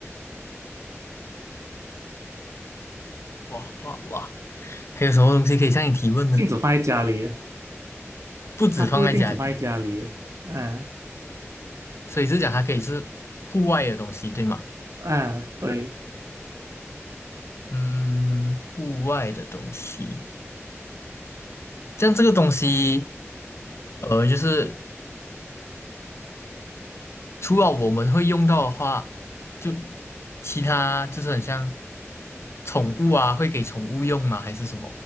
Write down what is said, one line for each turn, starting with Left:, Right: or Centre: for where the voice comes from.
Left: 哇哇哇！还有什么东西可以向你提问呢？
Right: 镜子放在家里，
Left: 不止放在家里，
Right: 它不一定只放在家里，嗯、
Left: 所以就讲它可以是户外的东西，对吗？
Right: 嗯，对，
Left: 嗯，户外的东西，像这个东西，呃，就是除了我们会用到的话，就其他就是很像宠物啊，会给宠物用吗？还是什么？